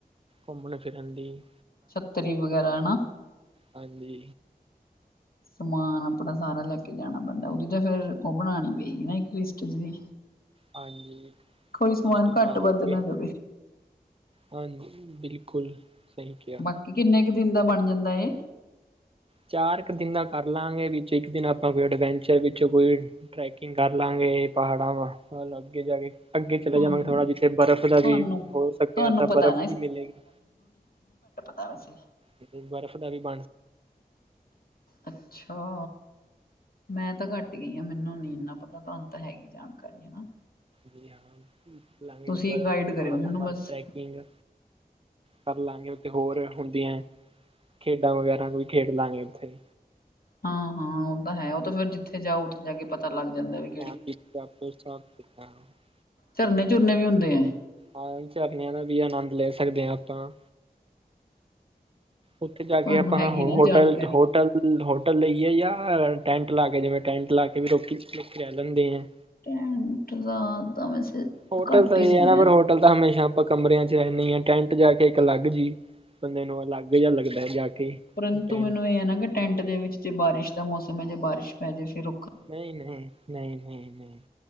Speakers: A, on the right; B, on the left.
A: ਘੁੰਮਣ ਫਿਰਨ ਲਈ
B: ਛੱਤਰੀ ਵਗੈਰਾ ਹਨਾ।
A: ਹਾਂਜੀ।
B: ਸਮਾਨ ਆਪਣਾ ਸਾਰਾ ਲੈ ਕੇ ਜਾਣਾ ਪੈਂਦਾ ਉਦੀ ਤਾਂ ਫੇਰ ਓ ਬਣਾਣੀ ਪੇਗੀ ਨਾ ਇੱਕ ਲਿਸਟ ਜੀ।
A: ਹਾਂਜੀ,
B: ਕੋਈ ਸਮਾਨ
A: ਲਿਸਟ ਬਣਾ
B: ਘੱਟ ਵੱਧ
A: ਕੇ
B: ਨਾ ਜਾਵੇ
A: ਹਾਂ ਜੀ ਬਿਲਕੁੱਲ ਸਹੀ ਕੇਆ।
B: ਬਾਕੀ ਕਿੰਨੇ ਕ ਦਿਨ ਦਾ ਬਣ ਜਾਂਦਾ ਏ?
A: ਚਾਰ ਕ ਦਿਨ ਦਾ ਕਰ ਲਾਂਗੇ ਵਿੱਚ ਇੱਕ ਦਿਨ ਆਪਾਂ ਕੋਈ ਐਡਵੈਂਚਰ ਵਿੱਚ ਕੋਈ ਟਰੈਕਿੰਗ ਕਰ ਲਾਂਗੇ ਪਹਾੜਾਂ ਵਾ ਹਲ ਅੱਗੇ ਜਾ ਕੇ ਅੱਗੇ ਚਲੇ
B: ਤੁਹਾਨੂੰ
A: ਜਾਵਾਂਗੇ ਥੋੜਾ ਜਿੱਥੇ ਬਰਫ਼
B: ਤੁਹਾਨੂੰ
A: ਦਾ ਵੀ ਹੋ ਸਕਿਆ
B: ਤੁਹਾਨੂੰ
A: ਤਾਂ
B: ਪਤਾ
A: ਬਰਫ਼ ਵੀ ਮਿਲੇਗੀ।
B: ਤਾਂ ਵੈਸੇ
A: ਉੱਥੇ ਬਰਫ਼ ਦਾ ਵੀ ਬਣ।
B: ਅੱਛਾ! ਮੈਂ ਤਾਂ ਘੱਟ ਈ ਗਈ ਆ ਮੈਨੂੰ ਨੀ ਇਨਾਂ ਪਤਾ ਤੁਹਾਨੂੰ ਤਾਂ ਹੈਗੀ ਜਾਣਕਾਰੀ ਹਨਾ।
A: ਜੀ ਹਾਂ ਖ ਲਾਗੇ
B: ਤੁਸੀਂ
A: ਬਰਫ਼
B: ਗਾਈਡ ਕਰਿਓ
A: ਪਹਾੜਾਂ
B: ਮੈਨੂੰ
A: ਵੱਲ
B: ਬਸ।
A: ਟ੍ਰੈਕਿੰਗ ਕਰ ਲਾਂਗੇ ਉੱਥੇ ਹੋਰ ਹੁੰਦੀ ਐ ਖੇਡਾਂ ਵਗੈਰਾ ਵੀ ਖੇਡ ਲਾਂਗੇ ਉੱਥੇ।
B: ਹਾਂ-ਹਾਂ ਉਹ ਤਾਂ ਹੈ, ਉਹ ਤਾਂ ਫੇਰ ਜਿੱਥੇ ਜਾਓ ਉੱਥੇ ਜਾ ਕੇ ਪਤਾ ਲੱਗ ਜਾਂਦਾ ਵਈ।
A: <unintelligible>
B: ਝਰਨੇ ਝੁਰਨੇ ਵੀ ਹੁੰਦੇ ਹੈ?
A: ਹਾਂ ਚਰਨੇਆ ਦਾ ਵੀ ਆਨੰਦ ਲੈ ਸਕਦੇ ਆ ਆਪਾਂ। ਉੱਥੇ ਜਾ
B: ਤੁਹਾਨੂੰ
A: ਕੇ ਆਪਾਂ
B: ਹੈਗੀ
A: ਨਾ ਹੋਟਲ
B: ਜਾਣਕਾਰੀ।
A: - ਹੋਟਲ ਹੋਟਲ ਲਈਏ ਜਾਂ, ਟੈਂਟ ਲਾ ਕੇ ਜਿਵੇਂ ਟੈਂਟ ਲਾ ਕੇ ਵੀ ਲੋਕੀ ਲੋਕੀ ਏਥੇ ਆ ਜਾਂਦੇ ਹੈ।
B: ਟੈਂਟ ਲਾਂਨ ਦਾ ਵੈਸੇ
A: ਹੋਟਲ
B: ਘੱਟ
A: ਤਾਂ
B: ਹੀ
A: ਇਹ
B: ਸੁਣਿਆ।
A: ਹੈ ਨਾ ਪਰ ਹੋਟਲ ਤਾਂ ਹਮੇਸ਼ਾ ਆਪਾਂ ਕਮਰਿਆਂ ਚ ਰਹਿੰਦੇ ਹਾਂ ਟੈਂਟ ਜਾ ਕੇ ਇੱਕ ਅਲੱਗ ਜੀ। ਬੰਦੇ ਨੂੰ ਅਲੱਗ ਜਾ ਲੱਗਦਾ ਹੈ ਜਾ ਕੇ।
B: ਪਰੰਤੂ
A: ਵੀ ਟੈਂਟ
B: ਮੈਨੂੰ ਇਹ ਹੈ ਨਾ ਕਿ ਟੈਂਟ ਦੇ ਵਿੱਚ ਜੇ ਬਾਰਿਸ਼ ਦਾ ਮੌਸਮ ਹੈ ਜੇ ਬਾਰਿਸ਼ ਪੈ ਜਾਵੇ ਫੇਰ
A: ਨਹੀਂ -ਨਹੀਂ- ਨਹੀਂ- ਨਹੀਂ-